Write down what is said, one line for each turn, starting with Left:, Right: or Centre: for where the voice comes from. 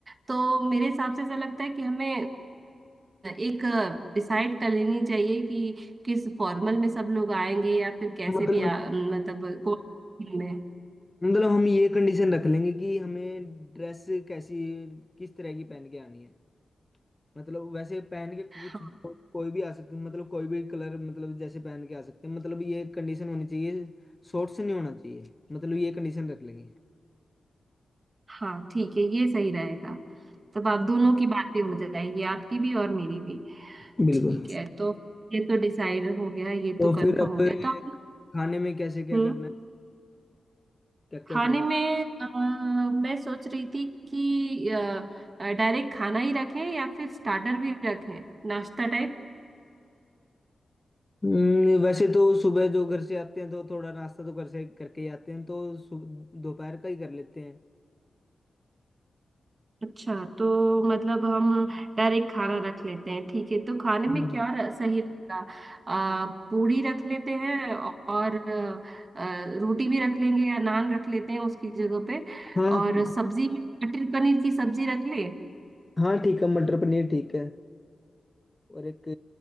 Right: तो मेरे हिसाब से ऐसा लगता है कि हमें एक डिसाइड कर लेनी चाहिए कि किस फॉर्मल में सब लोग आएंगे या फिर कैसे
Left: मतलब
Right: भी आ, मतलब कौन में
Left: मतलब हम ये कंडीशन रख लेंगे कि हमें ड्रेस कैसी किस तरह की पहन के आनी है मतलब वैसे पहन के
Right: हाँ
Left: कुछ कोई भी आ सकती मतलब कोई भी कलर मतलब जैसे पहन के आ सकते हैं मतलब ये कंडीशन होनी चाहिए शॉर्ट्स नहीं होना चाहिए मतलब ये कंडीशन रख लेंगे
Right: हाँ ठीक है ये सही रहेगा तब आप दोनों की बातें हो जाएगी आपकी भी और मेरी भी
Left: बिल्कुल
Right: ठीक है तो ये तो डिसाइड हो गया ये
Left: तो
Right: तो कंफर्म
Left: फिर अब
Right: हो गया तो आप
Left: खाने में कैसे क्या
Right: हम्म
Left: करना है क्या
Right: खाने
Left: क्या करवा
Right: में अ, मैं सोच रही थी कि डायरेक्ट खाना ही रखें या फिर स्टार्टर भी रखें नाश्ता टाइप
Left: हम्म, वैसे तो सुबह जो घर से आते हैं तो थोड़ा नाश्ता तो घर से करके ही आते हैं तो सु- दोपहर का ही कर लेते हैं
Right: अच्छा तो मतलब हम डायरेक्ट खाना रख लेते हैं ठीक है तो खाने में
Left: हम्म
Right: क्या र- सही रहेगा आ, पूरी रख लेते हैं और आ, रोटी भी रख लेंगे या नान रख लेते हैं उसकी जगह पे
Left: हाँ
Right: और सब्जी में मटर पनीर की सब्जी रख ले
Left: हाँ ठीक है मटर पनीर ठीक है और एक